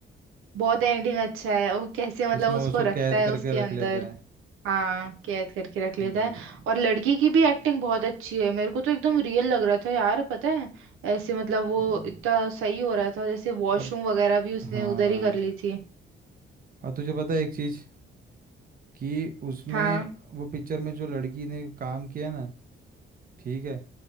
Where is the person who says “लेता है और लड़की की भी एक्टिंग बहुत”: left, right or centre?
Right